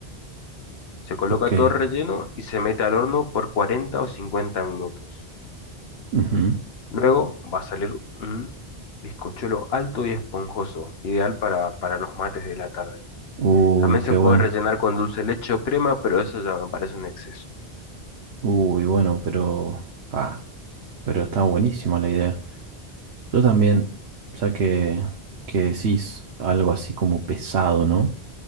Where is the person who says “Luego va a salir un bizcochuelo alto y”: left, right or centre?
Left